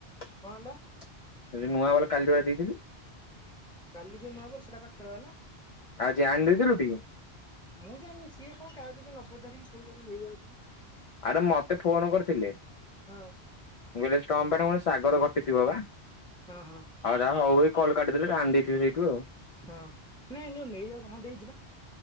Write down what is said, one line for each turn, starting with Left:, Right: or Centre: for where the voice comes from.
Left: ସେଠି
Centre: କଣ ହେଲା
Left: ନୂଆ ବାଲ କାଲିକି ପା ଦେଇଥିଲି।
Centre: କାଲି ଯୋଉ ନୂଆବଲ ସେଟା ପା ଖେଳ ହେଲା।
Left: ଆଜି ଆଣି ଦେଇଥିଲୁ ଟି
Centre: ମୁଁ ଜାଣିନି ସିଏ କଣ କାହାକୁ କିଛି ନ ପଚାରିକି ସବୁ ତାକୁ ନେଇଯାଉଛନ୍ତି।
Left: ଆରେ ମତେ ଫୋନ କରିଥିଲେ ମୁଁ
Centre: ହଁ
Left: କହିଲି ଷ୍ଟମ୍ ବ୍ୟାଟ ସାଗର ଘଟି ଥିବ ପା।
Centre: ହଁ ହଁ।
Left: ହଁ ଏରା ହୋଉ ଏ କଲ କାଟିଦେଲେ ଜାଣି ଦେଇଥିବେ ସେଇଠୁ ଆଉ।
Centre: ହଁ ନାଇଁ ଯୋଉ ନେଇଯାଉଚ ହଁ ଦେଇଚି ପା।